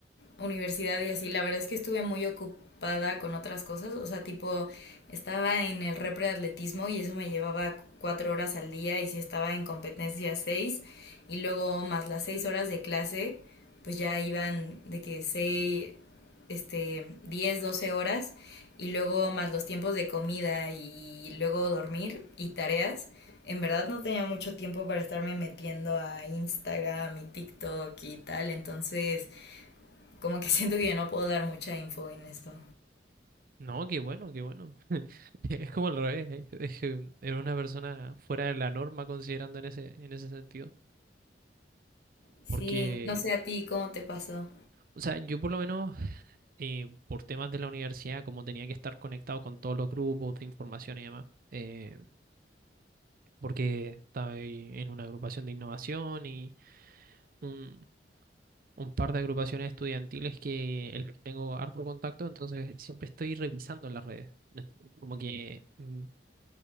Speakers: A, on the left (about 65°); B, on the right (about 50°).
A: universidad y así, la verdad es que estuve muy ocupada con otras cosas, o sea, tipo, estaba en el repre de atletismo y eso me llevaba cuatro horas al día y si estaba en competencia seis y luego más las seis horas de clase, pues ya iban de que seis, este, diez, doce horas y luego más los tiempos de comida y luego dormir y tareas. En verdad no tenía mucho tiempo para estarme metiendo a Instagram y TikTok y tal, entonces como que <laughs> siento que yo no puedo dar mucha info en esto.
B: No, qué bueno, qué bueno. <laughs> Es como al revés, ¿eh? Es que Era una persona fuera de la norma considerando en ese, en ese sentido.
A: Sí,
B: Porque,
A: no sé a ti cómo te pasó.
B: o sea, yo por lo menos eh, por temas de la universidad, como tenía que estar conectado con todos los grupos de información y demás, eh, porque estaba ahí en una agrupación de innovación y un, un par de agrupaciones estudiantiles que el que tengo harto contacto, entonces siempre estoy revisando las redes. No es- Como que mm,